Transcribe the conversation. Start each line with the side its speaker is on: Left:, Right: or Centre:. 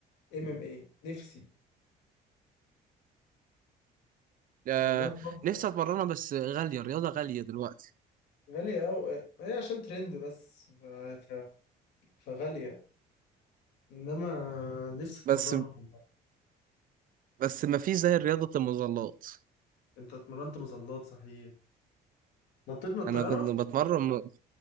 Left: ام ام اي نفسي
Right: آه
Left: مع انها صعبة
Right: نفسي اتمرنها بس غاليه الرياضه غاليه دلوقتي
Left: غالية اوي آه، هي عشان ترند بس ف... ف... فغالية انما نفسي اتمرنها
Right: بس
Left: والله
Right: بس ما فيش زي رياضه المظلات
Left: انت اتمرنت مظلات صحيح نطيت من الطيارة؟
Right: انا كنت بتمرن